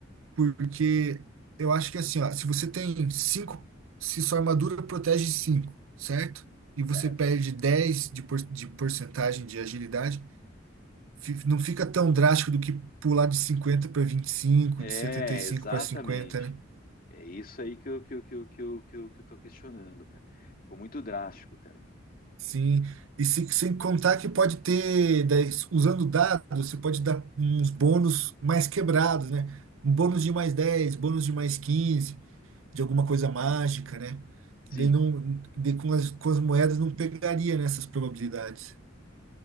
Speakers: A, on the right; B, on the left.
A: Porque eu acho que assim, ó, se você tem cinco se sua armadura protege cinco certo? E você
B: Certo?
A: perde 10 de, por, de porcentagem de agilidade, fi- não fica tão drástico do que pular de 50 para vinte e cinco
B: É,
A: de setenta e cinco
B: exatamente.
A: para cinquenta né?
B: É isso aí que eu, que eu, que eu, que eu, que eu, que eu tô questionando, cara. Ficou muito drástico, cara.
A: Sim. E se, sem contar que pode ter, daí, usando dados, você pode dar uns bônus mais quebrados, né? Um bônus de mais dez bônus de mais 15 de alguma coisa mágica, né?
B: Sim.
A: Daí não, daí com as, com as moedas não pegaria nessas probabilidades.